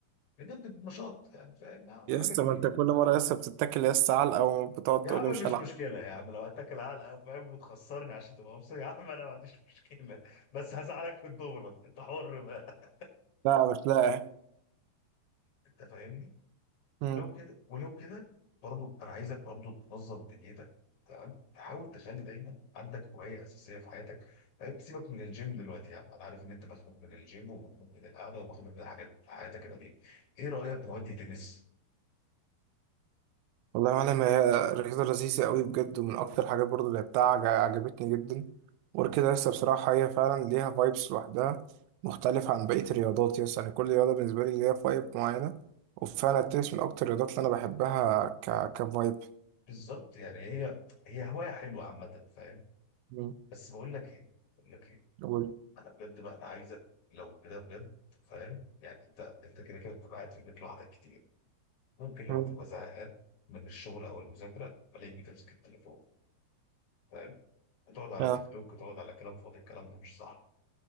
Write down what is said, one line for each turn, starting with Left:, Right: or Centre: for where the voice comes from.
Left: بجد نشاط يعني فاهم
Right: يا
Left: حاجه
Right: اسطى
Left: جديده
Right: ما انت كل مره يا اسطى بتتكل يا اسطى علقه وبتقعد
Left: يا
Right: تقول
Left: عم
Right: لي مش
Left: مش
Right: هلعب
Left: مشكله يا عم لو هتاكل علقه فاهم وتخسرني عشان تبقى مبسوط يا عم انا ما عنديش مشكله بس هزعلك في الدوره انت حر بقى
Right: لا مش لاقي
Left: انت فاهمني؟
Right: مم.
Left: ولو كده ولو كده برضو انا عايزك برضو تنظم دنيتك تمام تحاول تخلي دايما عندك هوايه اساسيه في حياتك طيب سيبك من الجيم دلوقتي يا عم انا عارف ان انت مخنوق من الجيم ومخنوق من القعده ومخنوق من الحاجات في حياتك كده دي ايه رايك نودي تنس
Right: والله يا معلم هي رياضة لذيذة قوي بجد ومن أكتر الحاجات برضه اللي لعبتها عج- عجبتني جدا وغير كده لسه بصراحة هي فعلا ليها فايبس لوحدها مختلف عن بقية الرياضات يس يعني كل رياضة بالنسبة لي ليها فايب معينة وفعلا التنس من أكتر الرياضات اللي أنا بحبها ك كفايب
Left: بالظبط يعني هي هي هوايه حلوه عامه فاهم
Right: مم.
Left: بس بقول لك ايه بقول لك ايه
Right: أقول
Left: انا بجد بقى انا عايزك لو كده بجد فاهم يعني انت انت كده كده بتبقى قاعد في البيت لوحدك كتير ممكن لما
Right: مم.
Left: تبقى زهقان من الشغل او المذاكره تلاقيك بتمسك التليفون فاهم تقعد على
Right: آه.
Left: تيك توك وتقعد على كلام فاضي الكلام ده مش صح